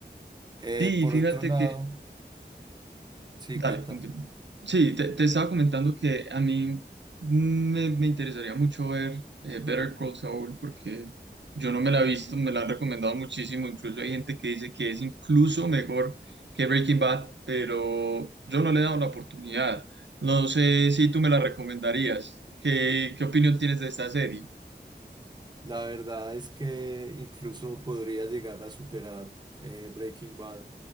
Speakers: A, on the right; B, on the right.
A: Eh,
B: Sí,
A: por
B: fíjate
A: otro lado,
B: que...
A: sí,
B: Dale,
A: cuéntame.
B: continúa. Sí, te, te estaba comentando que a mí me, me interesaría mucho ver eh, Better Call Saul porque yo no me la he visto, me la han recomendado muchísimo, incluso hay gente que dice que es incluso mejor que Breaking Bad, pero yo no le he dado la oportunidad. No sé si tú me la recomendarías. ¿Qué, qué opinión tienes de esta serie?
A: La verdad es que incluso podría llegar a superar eh, Breaking Bad.